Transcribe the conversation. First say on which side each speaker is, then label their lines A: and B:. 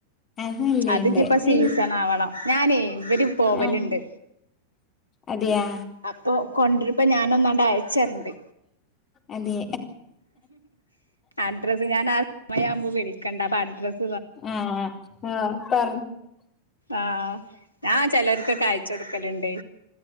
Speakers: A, on the left; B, on the left.
A: അത് നല്ലയിണ്ട്
B: അതിഞ്ഞിപ്പോ
A: പി
B: സീസൺ ആവണം ഞാനേ ഇവര് പോവലുണ്ട്
A: ആഹ്‌ അതെയാ?
B: അപ്പൊ കൊണ്ടിരുമ്പ ഞൻ ഒന്നാണ്ട് അയച്ചരുണ്ട്
A: അതെ
B: അഡ്രസ്സ് ഞാൻ ആ സമയയാവുമ്പോ വിളിക്കണ്ട അപ്പൊ അഡ്രസ്സ്
A: ആഹ്‌ ആഹ്‌
B: ആഹ്‌ ഞാ ചെലർക്ക്ക്കൊയച്ചു കൊടുക്കലുണ്ട്